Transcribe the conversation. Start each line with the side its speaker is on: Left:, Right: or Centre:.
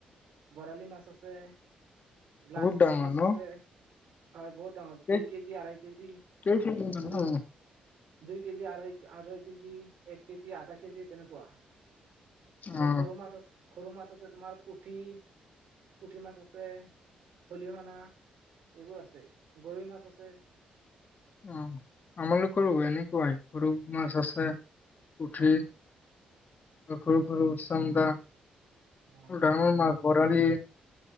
Right: বৰালি মাছ আছে। গ্লাছ
Left: বহুত
Right: কাপ
Left: ডাঙৰ
Right: মাছ
Left: ন
Right: আছে। হয়, বহুত ডাঙৰ।
Left: কেই
Right: দুই কেজি আঢ়াই কেজি।
Left: কেই কেজি মান
Right: দুই
Left: অ
Right: দুই কেজি আঢ়ৈ আঢ়ৈ কেজি এক কেজি আধা কেজি তেনেকুৱা আৰু
Left: অ
Right: সৰু মাছ আছে সৰু মাছ আছে তোমাৰ পুঠি পুঠি মাছ আছে খলিহনা এইবোৰ আছে গৰৈ মাছ আছে
Left: অ আমালোকৰু এনেকুৱাই সৰু মাছ আছে পুঠি
Right: হয়
Left: সৰু সৰু চান্দা
Right: অ
Left: ডাঙৰ মাছ বৰালি,